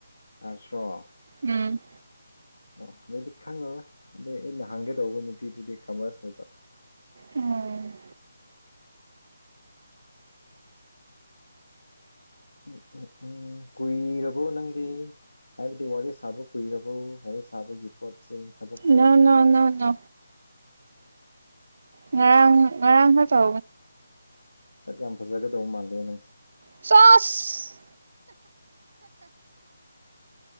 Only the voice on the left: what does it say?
ꯑꯁꯣ
ꯑꯣ ꯑꯗꯨꯗꯤ ꯈꯪꯉꯔꯣꯏ ꯑꯗꯨꯗꯩ ꯑꯩꯅ ꯍꯪꯒꯗꯧꯕ ꯅꯨꯄꯤꯗꯨꯗꯤ ꯀꯃꯔꯁ ꯑꯣꯏꯕ
ꯎ ꯎ ꯎꯝ ꯀꯨꯏꯔꯕꯣ ꯅꯪꯗꯤ ꯍꯥꯏꯕꯗꯤ ꯋꯥꯔꯤ ꯁꯥꯕ ꯀꯨꯏꯔꯕꯣ ꯋꯥꯔꯤ ꯁꯥꯕꯒꯤ ꯄꯣꯠꯁꯦ ꯊꯕꯛꯁꯦ
ꯁꯛ ꯌꯥꯝ ꯐꯖꯒꯗꯧꯕ ꯃꯥꯜꯂꯦ ꯅꯪꯁꯦ